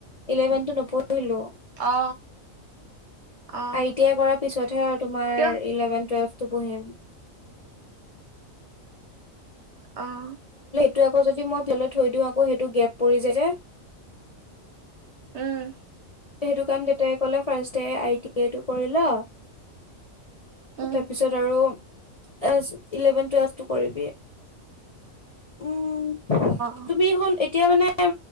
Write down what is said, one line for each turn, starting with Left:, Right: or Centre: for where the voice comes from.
Left: ইলেভেনটো নপঢ়িলো। ঢ়িলো
Right: অ অ
Left: আই টি আই কৰাৰ পিছতহে অ তোমাৰ
Right: কিয়
Left: ইলেভেন টুৱেলভ টো পঢ়িম
Right: অহ'
Left: ত আকৌ যদি মই কেলৈ থৈ দিওঁ, আকৌ সেইটো গেপ পৰি যাই যে
Right: উম'
Left: সেইটো কাৰণে দেতাই ক'লে, ফাৰ্ষ্ট তে আই, টি, আই টো কৰি ল।
Right: উম
Left: তাৰপিছত আৰু এছ ইলেভেন, টোৱেলভটো কৰিবি, উম'
Right: অ
Left: তুমি সোণ এতিয়া মানে,